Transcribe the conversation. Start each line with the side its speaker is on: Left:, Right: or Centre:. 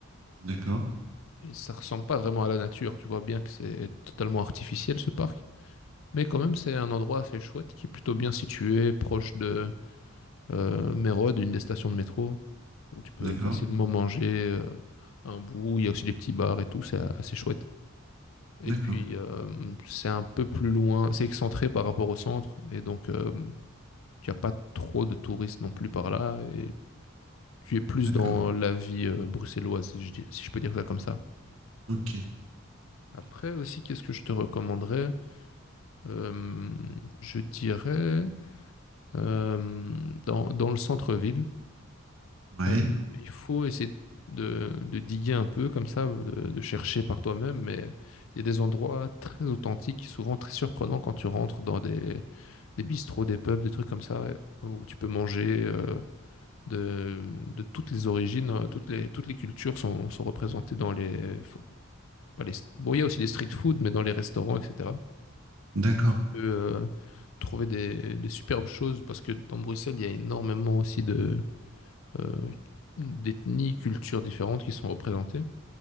Right: d'accord,
Left: Et ça ressemble pas vraiment à la nature. Tu vois bien que c'est totalement artificiel ce parc. Mais quand même, c'est un endroit assez chouette qui est plutôt bien situé, proche de euh, Mérode, une des stations de métro, où tu peux
Right: d'accord,
Left: facilement manger euh, un bout. Il y a aussi des petits bars et tout, c'est assez chouette.
Right: d'accord,
Left: Et puis, euh, c'est un peu plus loin, c'est excentré par rapport au centre, et donc euh, tu n'as pas trop de touristes non plus par là, et tu es plus
Right: d'accord.
Left: dans la vie euh, bruxelloise, si je, dis- si je peux dire ça comme ça.
Right: Ok, ok.
Left: Après aussi, qu'est-ce que je te recommanderais? Euh, je dirais euh, dans, dans le centre-ville.
Right: Ouais,
Left: Euh, il faut essayer de, de diguer un peu comme ça, de, de chercher par toi-même, mais il y a des endroits très authentiques, souvent très surprenants quand tu rentres dans des, des bistrots, des pubs, des trucs comme ça, où tu peux manger euh, de, de toutes les origines, euh, toutes les, toutes les cultures sont, sont représentées dans les, fo- pas les... Bon, il y a aussi des street food, mais dans les restaurants, etc.
Right: d'accord.
Left: Tu peux, euh, trouver des, des superbes choses, parce que dans Bruxelles, il y a énormément aussi de... euh, d'ethnies, cultures différentes qui sont représentées.